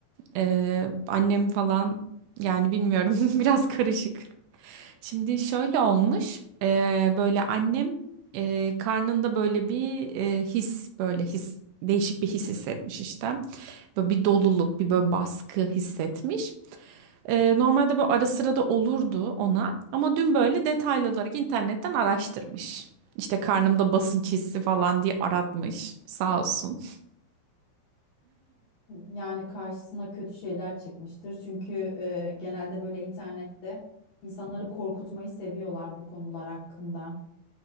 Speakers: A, on the right; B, on the left.
A: Ee, annem falan yani bilmiyorum <laughs> biraz karışık. Şimdi şöyle olmuş eee, böyle annem eee, karnında böyle bir eee, his böyle his değişik bir his hissetmiş işte. Böyle bir doluluk bir böyle baskı hissetmiş. Eee, normalde böyle ara sıra da olurdu ona ama dün böyle detaylı olarak internetten araştırmış. İşte karnımda basınç hissi falan diye aratmış sağ olsun.
B: Yani karşısına kötü şeyler çıkmıştır. Çünkü e, genelde böyle internette insanları korkutmayı seviyorlar bu konular hakkında.